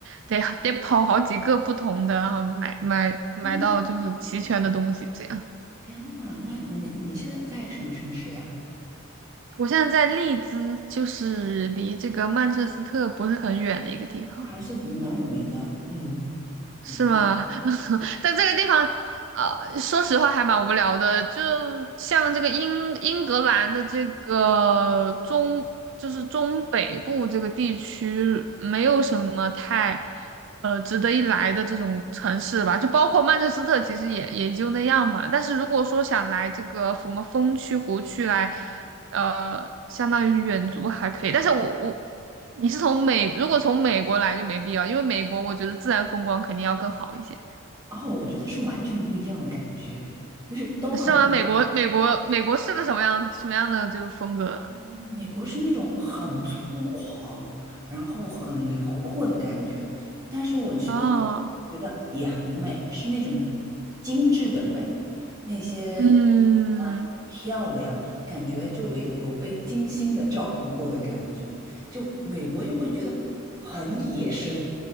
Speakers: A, on the right; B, on the right.
A: 得得跑好几个不同的，然后买买买到就是齐全的东西这样。
B: 嗯天呐，那你你现在在什么城市呀？
A: 我现在在利兹，就是离这个曼彻斯特不是很远的一个地方。
B: 那还是蛮有名的，嗯，对，
A: 是吗？<laughs> 但这个地方，呃，说实话还蛮无聊的。就像这个英英格兰的这个中，就是中北部这个地区，没有什么太呃值得一来的这种城市吧。就包括曼彻斯特，其实也也就那样嘛。但是如果说想来这个什么风区、湖区来。呃，相当于远足还可以，但是我我你是从美，如果从美国来就没必要，因为美国我觉得自然风光肯定要更好一些。
B: 哦，我觉得是完全不一样的感觉，就是都很，
A: 是吗？美国，美国，美国是个什么样什么样的就是风格呢？
B: 嗯美国是那种很粗犷，然后很辽阔的感觉，但是我去欧洲
A: 哦，
B: 觉得也很美，是那种精致的美，那些
A: 嗯，
B: 啊都很漂亮，感觉就被有被精心的照顾过的感觉，就美国就会觉得很野生，